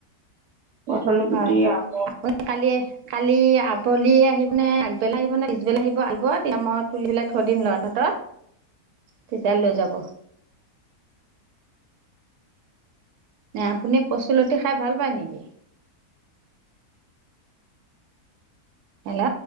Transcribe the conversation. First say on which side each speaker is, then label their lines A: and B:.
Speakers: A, on the right; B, on the right.
A: পঠল গুট
B: হয়
A: আহ
B: কালি কালি আবেলি আহি পে আগবেলা আহিব নে পিছবেলা আহিব আহিব তেতিয়া মই তুলি পেলাই থৈ দিম লৰা হাতত তেতিয়া লৈ যাব ন আপুনি কচুলতি খাই ভাল পায় নেকি হেল্ল'